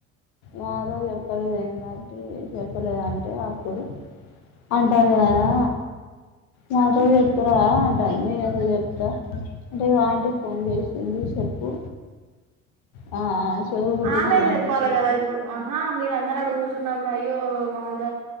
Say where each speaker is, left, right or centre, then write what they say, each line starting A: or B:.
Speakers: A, on the left (about 70°); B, on the right (about 55°).
A: మాతో జెప్పలేదు ఏంటంటే చెప్పలేదంటే అప్పుడు అంటంది కదా మాతోచెప్పురా అంటంది నేను ఎందుకు చెప్తా అంటే ఆంటి ఫోన్ చేసింది చెప్పు ఆ, చెవులు కుట్టించుకోండి
B: ఆమె చెప్పాలి
A: చెప్పు
B: కదా ఇప్పుడు ఆహా మీరందరూ ఆడ కూర్చున్నప్పుడు అయ్యో మమత